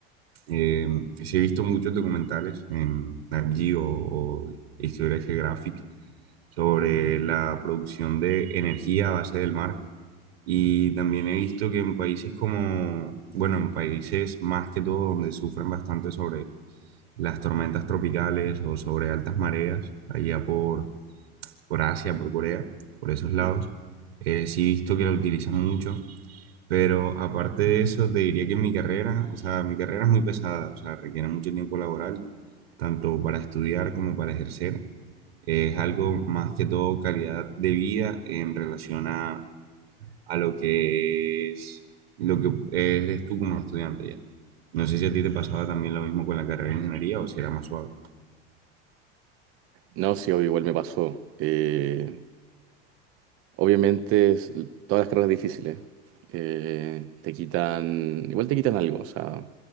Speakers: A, on the right; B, on the right.
A: eh, sí he visto muchos documentales en Nat Geo o Historia Geographic sobre la producción de energía a base del mar. Y también he visto que en países como, bueno, en países más que todo donde sufren bastante sobre las tormentas tropicales o sobre altas mareas, allá por, por Asia, por Corea, por esos lados.
B: Mm.
A: Eh, sí he visto que la utilizan mucho, pero aparte de eso, te diría que mi carrera, o sea, mi carrera es muy pesada, o sea, requiere mucho tiempo laboral, tanto para estudiar como para ejercer. Es algo más que todo calidad de vida en relación a, a lo que es, lo que eres tú como estudiante ya. No sé si a ti te pasaba también lo mismo con la carrera de ingeniería o si era más suave.
B: No, sí, obvio, igual me pasó. Eh, Obviamente, es- todas las carreras difíciles eh, te quitan, igual te quitan algo. O sea,